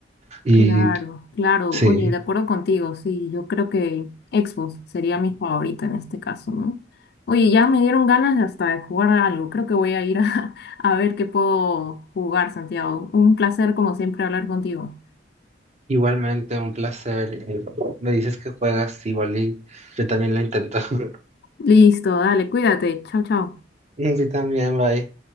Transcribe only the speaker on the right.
Y
sí.
Igualmente, un placer. Eh, Me dices que juegas igual y yo también lo intento. <laughs>
Sí, también, bye.